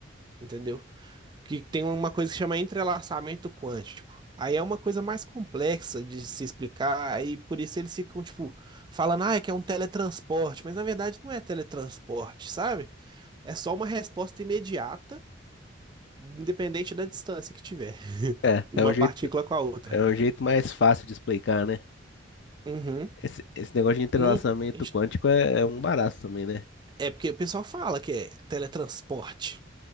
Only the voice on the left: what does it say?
é.
É um jeito,
é um jeito mais fácil de explicar, né?
Esse, esse negócio de entrelaçamento
quântico é, é um barato também, né?